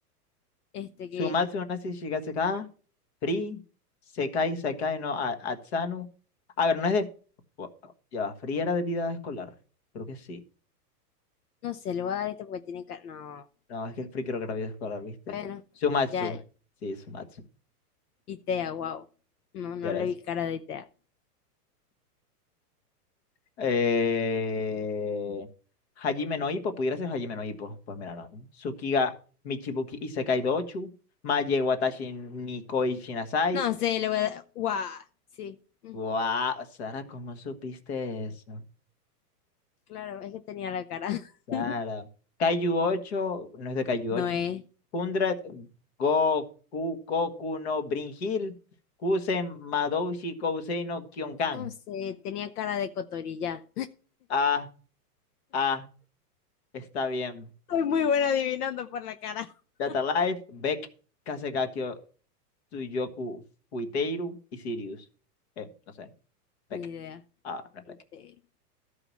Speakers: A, on the left; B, on the left.
A: Este que,
B: Sumatsu Nasi Shigatsuka, Free, Sekai Sakai no A- Atsanu. A ver, no es de. bu- Ya va, Free era de vida escolar. Creo que sí.
A: no sé, le voy a dar este porque tiene cara. No,
B: No, es que Free creo que era vida escolar, ¿viste?
A: bueno,
B: Sumatsu.
A: ya,
B: Sí, Sumatsu.
A: Itea, wow. No, no
B: Ya era
A: le
B: eso.
A: vi cara de Itea.
B: Eh... Hajime no Ippo, pudiera ser Hajime no Ippo. Pues mira, no. Tsukiga Michibuki Isekai Dochu, Maye Watashi Nikoi Shinasai.
A: No sé, le voy a dar. ¡Guau! Sí, ujú,
B: Wow, Sara, ¿cómo supiste eso?
A: Claro, es que tenía la cara.
B: Sara.
A: <laughs>
B: Kaiju ocho no es de Kaiju
A: No
B: ocho
A: es.
B: hundred Goku, Koku no Brin Hill, Kusen, Madoushi, Kousei no Kyonkan.
A: No sé, tenía cara de cotorilla.
B: Ah, ah, está bien.
A: Soy muy buena adivinando por la cara. <laughs>
B: Data Life, Beck, Kasegaki, Tsuyoku, Fuiteiru y Sirius. Eh, no sé, Beck.
A: Ni idea.
B: Ah, no es
A: Este,
B: Beck.